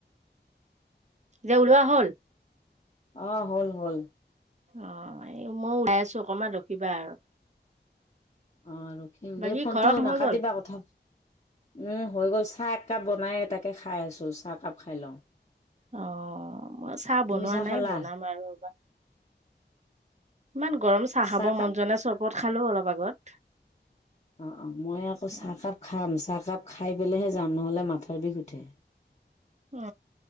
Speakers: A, on the right; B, on the left.
A: যে ওলোৱা হ'ল
B: অ হ'ল হ'ল।
A: অ এই মই ওলাই আছো অকমান ৰখিবা আৰু
B: অ ৰখিম
A: বাকী
B: দেই ফোনটো
A: ঘৰৰ কাম
B: নাকাটিবা
A: হৈ গ'ল
B: কথা উম হৈ গ'ল চাহ এক কাপ বনাই এ তাকে খাই আছো, চাহ একাপ খাই লওঁ
A: অ মই চাহ
B: তুমি
A: বনোৱা নাই
B: খালা
A: বনাম আৰু ৰবা ইমান গৰম চাহ খাব
B: চাহকাপ
A: মন যোৱা নাই চৰবত খালো অলপ আগত।
B: অ অ মই আকৌ
A: অ
B: চাহকাপ খাম, চাহকাপ খাই পেলাই হে যাম নহলে মাথাৰ বিষ উঠে।
A: অ